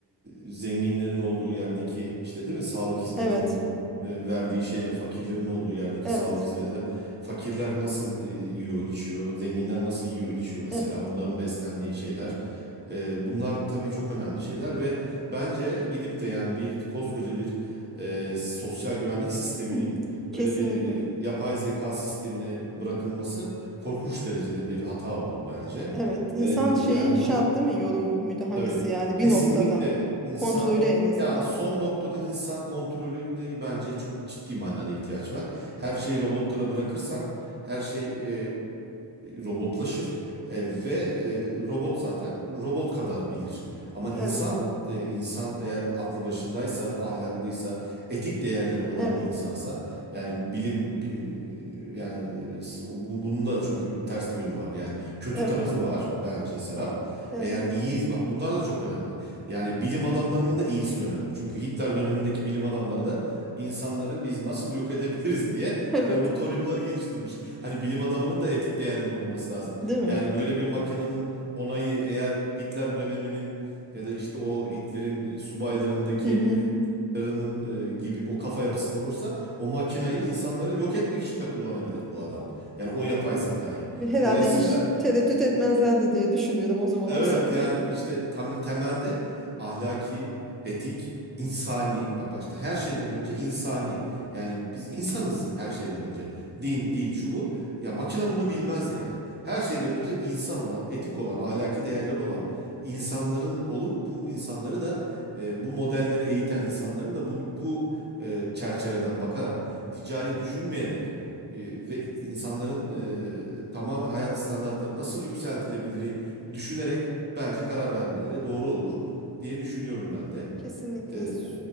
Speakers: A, on the right; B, in the centre.
A: e, zenginlerin olduğu yerdeki işte değil mi sağlık hizmetinin
B: Evet.
A: e, verdiği şeyle fakirlerin olduğu yerdeki
B: Evet.
A: sağlık hizmeti de fakirler nasıl e, yiyor içiyor, zenginler nasıl yiyor içiyor mesela
B: Evet.
A: onların beslendiği şeyler. E, bunlar tabii çok önemli şeyler ve Bence gidip de yani bir koskoca bir e, sosyal güvenlik sisteminin
B: Hı, Kesinlikle.
A: böyle bir e, yapay zeka sistemine bırakılması korkunç derecede bir hata olur bence.
B: Evet. İnsan
A: E,
B: şeyi
A: yani
B: şart
A: bu
B: değil mi? Yorumu, müdahalesi
A: Tabii.
B: yani
A: Kesinlikle
B: bir noktada.
A: insan
B: Kontrolü en azından.
A: ya son noktada insan kontrolüne bence çok ciddi manada ihtiyaç var. Her şeyi robotlara bırakırsak her şey e, robotlaşır E, ve e, robot zaten robot kadar bilir. Ama insan
B: Evet.
A: e, insan eğer aklı başındaysa, ahlaklıysa, etik değerleri olan
B: Evet.
A: bir insansa yani bilim bi- yani e, bu bunun da çünkü ters yönü var. Yani kötü
B: Evet.
A: tarafı var bence Serap.
B: Evet.
A: Eğer iyi biz bak bunlar da çok önemli. Yani bilim adamlarının da iyisi önemli. Çünkü Hitler dönemindeki bilim adamları da insanları biz nasıl yok edebiliriz diye
B: Evet.
A: krematoryumları geliştirmiş. Hani bilim adamının da etik değerlerinin olması lazım.
B: Değil mi?
A: Yani böyle bir makinenin onayı eğer Hitler döneminin ya da işte o Hitler'in e, subaylarındaki
B: Hı hı.
A: insanların, e, gibi o kafa yapısında olursa o makinayı insanları yok etmek için de kullanabilir bu adam. Yani o yapay zekayı.
B: Herhalde
A: Dolayısıyla
B: hiç tereddüt etmezlerdi diye düşünüyorum o zaman
A: Evet
B: olsaydı.
A: yani işte
B: <laughs>
A: tam, temelde ahlaki, etik, insani bak başta her şeyden önce insani. Yani biz insanız her şeyden önce. Din, dil, şu bu. Ya makine bunu bilmez yani. Her şeyden
B: Evet.
A: önce insan olan, etik olan, ahlaki değerleri olan insanların olup bu insanları da e, bu modelleri eğiten insanların da bu, bu e, çerçeveden bakarak, ticari düşünmeyerek e, ve insanların e, tamamen hayat standartları nasıl yükseltilebilir düşünerek bence karar vermeleri doğru olur diye düşünüyorum ben de.
B: Kesinlikle
A: E,
B: s-